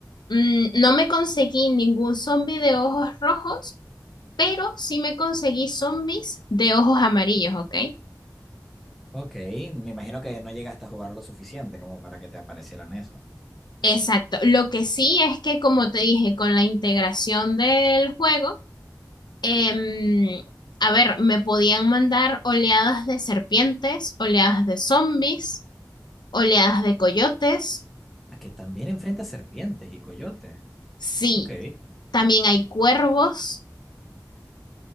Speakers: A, on the left (about 85°); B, in the centre.
A: Mm, no me conseguí ningún zombie de ojos rojos, pero sí me conseguí zombies de ojos amarillos, ¿ok?
B: Ok, me imagino que no llegaste a jugar lo suficiente como para que te aparecieran eso.
A: Exacto. Lo que sí es que, como te dije, con la integración del juego, em, a ver, me podían mandar oleadas de serpientes, oleadas de zombies, oleadas de coyotes.
B: Ah, que también enfrenta serpientes y coyotes.
A: Sí,
B: Ok.
A: también hay cuervos.